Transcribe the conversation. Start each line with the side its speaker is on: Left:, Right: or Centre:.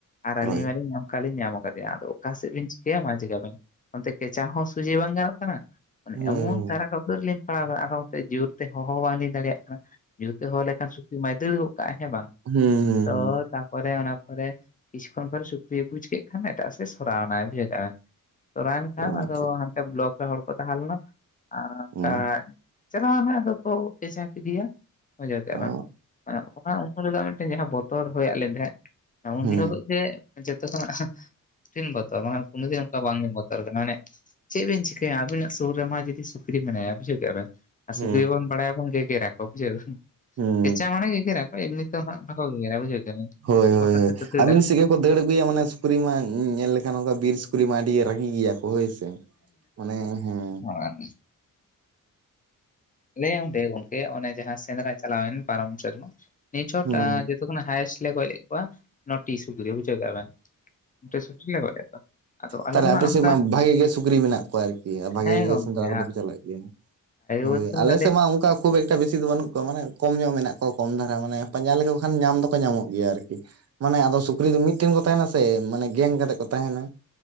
Left: ᱟᱨ
Right: ᱦᱳᱭ
Left: ᱟᱹᱞᱤᱧ ᱢᱟᱞᱤᱧ ᱧᱟᱢ ᱚᱠᱟᱞᱤᱧ ᱧᱟᱢ ᱟᱠᱟᱫᱮᱭᱟ ᱟᱫᱚ ᱚᱠᱟ ᱥᱮᱫ ᱞᱤᱱ ᱪᱤᱠᱟᱹᱭᱟ ᱢᱟ ᱪᱮᱠᱟᱵᱤᱱ ᱚᱱᱛᱮ ᱠᱮᱪᱟ ᱦᱚᱸ ᱥᱩᱡᱮ ᱵᱟᱝ ᱜᱟᱱᱚᱜ ᱠᱟᱱᱟ, ᱢᱟᱱᱮ
Right: ᱦᱩᱸ
Left: ᱮᱢᱚᱱ ᱠᱟᱨᱟ ᱠᱚᱫᱚ ᱨᱮᱞᱤᱧ ᱯᱟᱲᱟᱣᱫᱟ ᱟᱛᱮ ᱡᱳᱨᱛᱮ ᱦᱚᱦᱚ ᱵᱟᱝᱞᱤᱧ ᱫᱟᱲᱮᱭᱟᱜ ᱠᱟᱱᱟ᱾ ᱡᱩᱛᱮ ᱦᱚᱦᱚ ᱞᱮᱠᱷᱟᱱ ᱥᱩᱠᱨᱤ ᱢᱟᱭ ᱫᱟᱹᱲ ᱠᱟᱜᱟᱭ ᱦᱮᱸ ᱵᱟᱝ
Right: ᱦᱩᱸ
Left: ᱛᱚ ᱛᱟᱯᱚᱨᱮ ᱚᱱᱟ ᱯᱚᱨᱮ ᱠᱤᱪᱷᱠᱷᱚᱱ ᱯᱚᱨᱮ ᱥᱩᱠᱨᱤᱭ ᱵᱩᱡ ᱠᱮᱫ ᱠᱷᱟᱱ ᱮᱴᱟᱜ ᱥᱮᱫ ᱥᱚᱨᱟᱣ ᱮᱱᱟᱭ ᱵᱩᱡᱷᱟᱹᱣ ᱫᱟᱵᱤᱰ ᱥᱚᱨᱟᱭᱮᱱ ᱠᱷᱟᱱ
Right: ᱚ
Left: ᱟᱫᱚ
Right: ᱟᱪᱪᱷᱟ
Left: ᱦᱟᱱᱛᱮ ᱵᱞᱚᱠ ᱨᱮ ᱦᱚᱲ ᱠᱚ ᱛᱟᱦᱮᱸ ᱞᱮᱱᱟ ᱚᱱᱠᱟ
Right: ᱦᱩᱸ
Left: ᱪᱟᱞᱟᱣᱱᱟᱭ ᱟᱫᱚ ᱠᱚ ᱵᱷᱮᱡᱟ ᱠᱮᱫᱮᱭᱟ ᱵᱩᱡᱟᱹ ᱠᱮᱫᱟᱵᱤᱱ
Right: ᱚ
Left: ᱵᱟᱝ ᱚᱱᱟ ᱩᱢᱟᱹᱨ ᱢᱤᱫᱴᱮᱱ ᱡᱟᱦᱟᱸ ᱵᱚᱛᱚᱨ ᱦᱳᱭ ᱟᱞᱤᱧ ᱛᱟᱦᱮᱸᱫ ᱩᱱᱤᱞᱳ
Right: ᱦᱩᱸ
Left: ᱜᱮ ᱡᱚᱛᱚ ᱠᱷᱚᱱᱟᱜ ᱠᱩᱴᱷᱤᱱ ᱵᱚᱛᱚᱨ ᱠᱩᱱᱚ ᱫᱤᱱ ᱚᱱᱠᱟ ᱵᱟᱝ ᱞᱤᱧ ᱵᱚᱛᱚᱨ ᱠᱟᱱᱟ, ᱢᱟᱱᱮ ᱪᱮᱫ ᱵᱮᱱ ᱪᱤᱠᱟᱹᱭᱟ ᱟᱵᱤᱱᱟᱜ ᱥᱩᱨ ᱨᱮᱢᱟ ᱡᱩᱫᱤ ᱥᱩᱠᱨᱤ ᱢᱮᱱᱟᱭᱟ ᱵᱩᱡᱷᱟᱹᱣ ᱠᱮᱭᱟ ᱵᱮᱱ ᱟᱨ
Right: ᱦᱩᱸ
Left: ᱥᱩᱠᱨᱤ ᱵᱚᱱ ᱯᱟᱲᱟᱭᱟ ᱜᱮᱜᱮᱨ ᱨᱟᱠᱚ ᱵᱩᱡᱷᱟᱹᱣ
Right: ᱦᱩᱸ
Left: ᱠᱮᱪᱟ ᱢᱟᱱᱮ ᱜᱮᱜᱮᱨᱟ ᱮᱢᱱᱤ ᱛᱮᱫᱚ ᱦᱟᱜ ᱵᱟᱠᱚ ᱜᱮᱜᱮᱨᱟ ᱠᱮᱫᱟ ᱵᱮᱱ
Right: ᱦᱳᱭ
Left: ᱵᱚᱛᱚᱨ
Right: ᱦᱳᱭ
Left: ᱛᱮᱠᱚ ᱫᱟᱹᱲᱟ
Right: ᱟᱵᱤᱱ ᱥᱮᱜᱮ ᱠᱚ ᱫᱟᱹᱲ ᱟᱹᱜᱩᱭᱟ ᱢᱟᱱᱮ ᱥᱩᱠᱨᱤ ᱢᱟ ᱧᱮᱞ ᱞᱮᱠᱷᱟᱱ ᱚᱱᱠᱟ ᱵᱤᱨ ᱥᱩᱠᱨᱤ ᱢᱟ ᱟᱹᱰᱤ ᱨᱟᱹᱜᱤ ᱜᱮᱭᱟᱠᱚ ᱦᱳᱭ ᱢᱟᱱᱮ ᱦᱮᱸ
Left: ᱟᱨ ᱞᱟᱹᱭ ᱚᱸᱰᱮ ᱜᱚᱝᱠᱮ ᱚᱱᱮ ᱡᱟᱦᱟᱸ ᱥᱮᱸᱫᱽᱨᱟ ᱪᱟᱞᱟᱣᱮᱱ ᱯᱟᱨᱚᱢ ᱥᱮᱨᱢᱟ ᱱᱤᱭᱟᱹ ᱪᱚᱴ
Right: ᱦᱩᱸ
Left: ᱡᱚᱛᱷᱚ ᱠᱷᱚᱱᱟᱜ ᱦᱟᱭᱮᱥᱴ ᱞᱮ ᱜᱚᱡ ᱞᱮᱫ ᱠᱚᱣᱟ ᱱᱚᱴᱤ ᱥᱩᱠᱨᱤ ᱵᱩᱡᱷᱣ ᱠᱮᱜᱟ ᱵᱮᱱ ᱱᱚᱴᱤ ᱥᱩᱠᱨᱤ ᱞᱮ ᱜᱚᱡ ᱞᱮᱫ ᱠᱚᱣᱟ᱾ ᱟᱫᱚ ᱟᱞᱮ
Right: ᱛᱟᱦᱞᱮ
Left: ᱫᱚ
Right: ᱟᱯᱮ
Left: ᱦᱟᱸᱜ ᱚᱱᱠᱟ
Right: ᱥᱮᱫ ᱢᱟ ᱵᱷᱟᱜᱮ ᱜᱮ ᱥᱩᱠᱨᱤ ᱢᱮᱱᱟᱜ ᱠᱚᱣᱟ ᱟᱨᱠᱤ ᱵᱷᱟᱜᱮ
Left: ᱦᱮᱸ
Right: ᱜᱮ
Left: ᱜᱚᱝᱠᱮ
Right: ᱥᱮᱸᱫᱽᱨᱟ ᱠᱚᱫᱚ ᱯᱮ ᱪᱟᱞᱟᱜ ᱜᱮᱭᱟ᱾ ᱦᱳᱭ
Left: ᱵᱚᱞᱛᱮ
Right: ᱟᱞᱮ
Left: ᱚᱱᱟᱛᱮ
Right: ᱥᱮᱫ ᱢᱟ ᱚᱱᱠᱟ ᱠᱷᱩᱵ ᱮᱠᱴᱟ ᱵᱮᱥᱤ ᱫᱚ ᱵᱟᱹᱱᱩᱜ ᱢᱟᱱᱮ ᱠᱚᱢ ᱧᱚᱜ ᱢᱮᱱᱟᱜ ᱠᱚᱣᱟ ᱠᱚᱢ ᱫᱷᱟᱨᱟ ᱢᱟᱱᱮ ᱯᱟᱸᱡᱟ ᱞᱮᱠᱚ ᱠᱷᱟᱱ ᱧᱟᱢ ᱫᱚᱠᱚ ᱧᱟᱢᱚᱜ ᱜᱮᱭᱟ ᱟᱨᱠᱤ ᱢᱟᱱᱮ ᱟᱫᱚ ᱥᱩᱠ ᱥᱩᱠᱨᱤ ᱫᱚ ᱢᱤᱫᱴᱮᱱ ᱠᱚ ᱛᱟᱦᱮᱱᱟ ᱥᱮ ᱢᱟᱱᱮ ᱜᱮᱝ ᱠᱟᱛᱮᱫ ᱠᱚ ᱛᱟᱦᱮᱱᱟ,